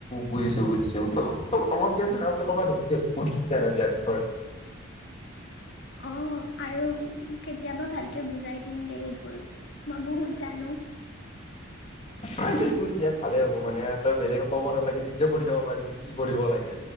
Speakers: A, on the left; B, on the left.
A: বুজিছো বুজিছো তোৰ অলপ জ্ঞান থাককা বুলি ক'বা ন যে বহুত খিনি জানা বিয়াৰ বিষয়ে
B: অ আৰু কেতিয়াবা ভালকে বুজাই দিম দেই এইবোৰ মই বহুত জানো।
A: আই তে তোৰ বিয়াত ভালে হ'ব মানে আৰু তই বেলেগে ক'ব নালাগে নিজে কৰি যাব পাৰি যে কি কৰিব লাগে।